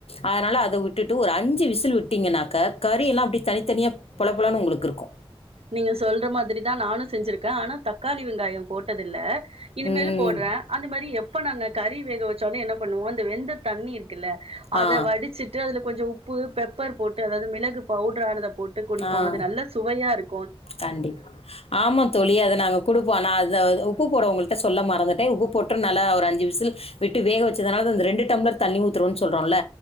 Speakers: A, on the left (about 75°); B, on the right (about 75°).
A: அதனால அத விட்டுட்டு ஒரு அஞ்சு விசில் விட்டிங்கன்னாக்க கறி எல்லா அப்டியே தனித்தனியா பொல பொலனு உங்களுக்கு இருக்கு
B: நீங்க சொல்ற மாதிரி தா நானு செஞ்சிருக் கே ஆனா தக்காளி வெங்காயோ போட்டதில்ல இனிமேலு
A: ம்
B: போட்றே அந்த மாரி எப்ப நாங்க கறி வேக வெச்சாலு என்ன பண்ணுவோ அந்த வெந்த தண்ணி இருக்குல்ல அத
A: ஆ
B: வடிச்சிட் டு அதுல கொஞ்சோ உப்பு பெப்பர் போட்டு அதாவ்து மிளகு பவுடரானத போட்டு குடிப்போ
A: ஆ
B: அது நல்ல சுவையா இரு
A: கண்டிப்பா ஆமாத்தோழி அத நாங்க குடுப்போ நா அத அ உப்பு போடுவோ உங்கள்ட சொல்ல மறந்துட்டே உப்பு போட்டு நல்லா ஒரு அஞ்சு விசில் விட்டு வேக வெச்சுதனா அந்த ரெண்டு டம்ளர் தண்ணி ஊத்துறோ சொல்றோன்ல